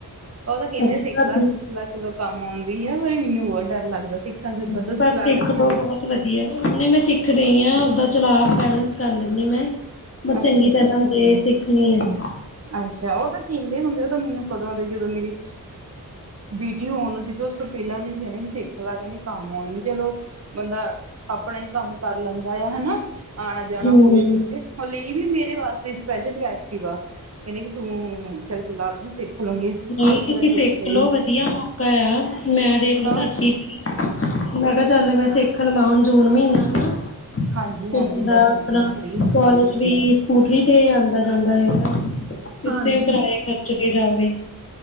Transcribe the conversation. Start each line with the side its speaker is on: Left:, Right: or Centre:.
Right: ਉਹ ਤਾਂ ਕਹਿੰਦੇ
Left: ਅੱਛਾ
Right: ਸਿੱਖਲਾ
Left: ਭਾਬੀ
Right: ਸਿੱਖਲਾ ਚਲੋ ਕੰਮ ਆਉਂਦੀ ਹੈ ਪਰ ਮੈਨੂੰ ਬਹੁਤ ਡਰ ਲੱਗਦਾ। ਸਿੱਖਣ ਸੁੱਖਣ
Left: ਬ
Right: ਤੁਸੀਂ ਚਲਾ
Left: ਦੇਖ
Right: ਲੈਂਦੇ
Left: ਲੋ
Right: ਹੋ?
Left: ਬਹੁਤ ਵਧੀਆ। ਸਿੱਖ ਰਹੀ ਹਾਂ ਓਦਾਂ ਚਲਾ ਬੈਲੈਂਸ ਕਰ ਲੈਂਦੀ ਮੈਂ ਪਰ ਚੰਗੀ
Right: ਅੱਛਾ ਜੀ
Left: ਤਰ੍ਹਾਂ ਹਜ ਸਿੱਖਣੀ ਆ।
Right: ਅੱਛਾ ਉਹ ਤਾਂ ਕਹਿੰਦੇ ਹੁੰਦੇ ਉਹ ਤਾਂ ਮੈਨੂੰ ਕਦੋਂ ਆ ਦੇ ਜਦੋਂ ਮੇਰੀ ਬੀਟੀ ਹੋਣ ਨੂੰ ਜਿੱਦ ਉਸ ਤੋਂ ਪਹਿਲਾਂ ਦੀ ਵੀ ਕਹਿੰਦੇ ਸੀ ਸਿੱਖ ਲ ਕਹਿੰਦੇ ਕੰਮ ਆਉਣੀ ਚਲੋ ਬੰਦਾ। ਆਪਣਾ ਹੀ ਕੰਮ ਕਰ ਲੈਂਦਾ ਆ ਹਨਾ ਆਉਣਾ ਜਾਣਾ
Left: ਹਮ
Right: ਹੋਵੇ ਕਿਤੇ ਹ ਲਈ ਵੀ ਮੇਰੇ ਵਾਸਤੇ ਸਪੈਸ਼ਲ ਐਕਟਿਵ ਕਹਿੰਦੇ ਵੀ ਤੂੰ ਚੱਲ ਚਲਾ ਲੂੰਗੀ। ਸਿੱਖ ਲੂੰਗੀ
Left: ਨਹੀਂ
Right: ਮੁੜ
Left: ਤੁਸੀਂ
Right: ਕੇ ਮੈਂ ਸਿੱਖਿਆ
Left: ਸਿੱਖਲਓ
Right: ਹੀ ਨੀ
Left: ਵਧੀਆ ਮੌਕਾ ਆ ਮੈਂ ਦੇਖਲੋ
Right: ਹਾਂ।
Left: ਧਰਤੀ ਮੈਂ ਕਿਹਾ ਚੱਲ ਮੈਂ ਸਿੱਖ ਲਵਾਂ ਹੁਣ ਜੂਨ ਮਹੀਨਾ ਹਨਾ।
Right: ਹਾਂਜੀ-ਹਾਂਜੀ
Left: ਤੇ ਬੰਦਾ
Right: ਦ
Left: ਆਪਣਾ
Right: ਛੁੱਟੀਆਂ ਫ੍ਰਰੀ ਹੁੰਦਾ।
Left: ਕੋਾਲਜ ਵੀ ਸਕੂਟਰੀ ਤੇ ਆਉਂਦਾ ਜਾਂਦਾ ਰਹਿੰਦਾ। ਕਿੱਥੇ
Right: ਹਾਂਜੀ।
Left: ਕਿਰਾਏ ਖਰਚ ਕੇ ਜਾਵੇ।